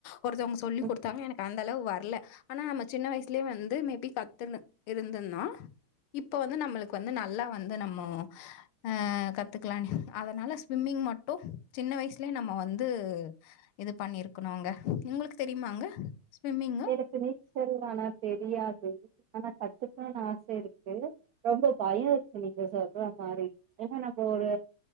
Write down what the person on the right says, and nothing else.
ம்
எனக்கு நீச்சல் ஆனா தெரியாது ஆனா கத்துக்கணுனு ஆச இருக்கு ரொம்ப பயம் இருக்கு நீங்க சொல்ற மாரி ஏனா நம்ம ஒரு